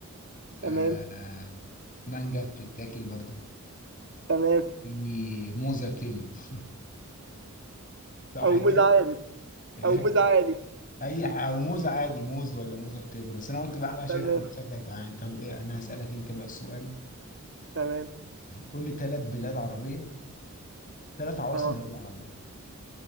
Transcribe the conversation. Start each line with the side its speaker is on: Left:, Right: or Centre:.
Left: آه
Right: تمام
Left: مانجا بتتاكل برضو
Right: تمام
Left: في موزة بتلو <laughs> صح
Right: أو
Left: كده
Right: موز عادي
Left: إيه،
Right: أو موز عادي
Left: اي ح- او موز عادي موز ولا موزة بتلو بس انا قلت بقى احلى شرح
Right: تمام
Left: انت شكلك جعان طب ايه انا هسألك انت بقى السؤال
Right: تمام
Left: قول لي ثلاث بلاد عربية ثلاث عواصم
Right: أه
Left: بلاد عربية